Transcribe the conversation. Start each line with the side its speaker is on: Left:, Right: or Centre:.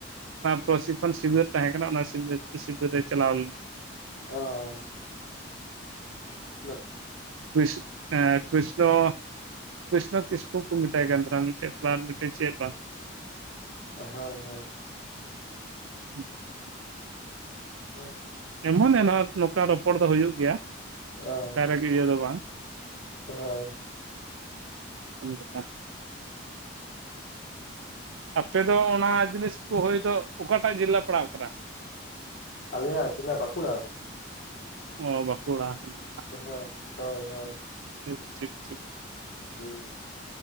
Right: ᱯᱨᱚᱥᱠᱷᱚᱱ ᱥᱤᱵᱤᱨ ᱛᱟᱦᱮᱸ ᱠᱟᱱᱟ᱾ ᱚᱱᱟ ᱥᱤᱵ ᱥᱤᱵᱤᱨ ᱨᱮ ᱪᱟᱞᱟ-ᱣ ᱞᱮᱱᱟ᱾
Left: ᱚᱸᱻ <unintelligible>
Right: ᱤᱥ ᱠᱤᱥᱱᱚ <unintelligible> ᱠᱨᱤᱥᱱᱚ, ᱠᱤᱥᱠᱩ ᱠᱚ ᱢᱮᱛᱟᱭ ᱠᱟᱱ ᱛᱟᱦᱮᱱᱟ ᱾ ᱢᱤᱫᱴᱮᱡ ᱠᱳᱲᱟ <unintelligible> ᱢᱤᱫᱴᱮᱱ ᱪᱮᱫ ᱵᱟᱝ
Left: ᱦᱳᱭ - ᱦᱳᱭ᱾
Right: <inaudible>
Left: ᱦᱮᱸ᱾
Right: ᱮᱢᱚᱱ ᱮᱱᱟᱱᱷᱟ-ᱜ ᱱᱚᱝᱠᱟ ᱨᱚᱯᱚᱲ ᱫᱚ᱾ ᱦᱩᱭᱩ-ᱜ ᱜᱮᱭᱟ᱾
Left: ᱚ
Right: ᱪᱟᱨᱟ ᱜᱤᱲᱭᱟᱹ ᱫᱚ ᱵᱟᱝ,
Left: ᱦᱳᱭ᱾
Right: ᱩᱱ ᱡᱚᱠᱷᱟ᱾ ᱟᱯᱮ ᱫᱚ ᱚᱱᱟ ᱡᱤᱱᱤᱥ ᱠᱚ ᱦᱚᱭᱛᱚ ᱚᱠᱟᱴᱟᱜ ᱡᱮᱞᱟ ᱯᱟᱲᱟᱜ ᱠᱟᱱᱟ?
Left: ᱟᱞᱮᱭᱟᱜ ᱡᱮᱞᱟ ᱵᱟᱸᱠᱩᱲᱟ᱾
Right: ᱚ ᱵᱟᱹᱠᱩᱲᱟ ᱦᱩ,
Left: ᱦᱚ ᱦᱳᱭ ᱦᱳᱭ᱾
Right: ᱴᱷᱤᱠ ᱴᱷᱤᱠ ᱴᱷᱤᱠ ᱾
Left: ᱦᱩᱸ᱾